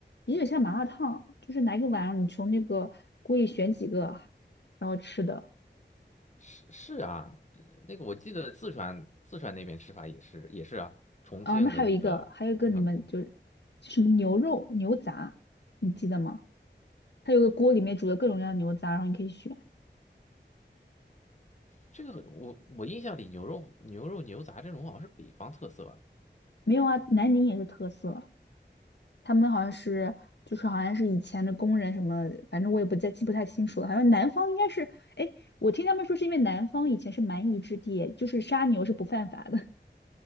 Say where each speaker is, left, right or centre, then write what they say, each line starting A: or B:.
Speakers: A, on the left; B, on the left.
A: 有点像麻辣烫，就是拿一个碗，你从那个锅里选几个，然后吃的。
B: 是是啊，那个我记得四川四川那边吃法也是也是啊，重庆的那个串串锅，
A: 啊，那还有一个，还有一个你们就是就什么牛肉牛杂，你记得吗？它有个锅里面煮的各种各样的牛杂，然后你可以选。
B: 这个我我印象里牛肉牛肉牛杂这种好像是北方特色啊。
A: 没有啊，南宁也是特色。他们好像是，就是好像是以前的工人什么，反正我也不太记不太清楚了。好像南方应该是，哎，我听他们说是因为南方以前是蛮夷之地，就是杀牛是不犯法的，<laughs>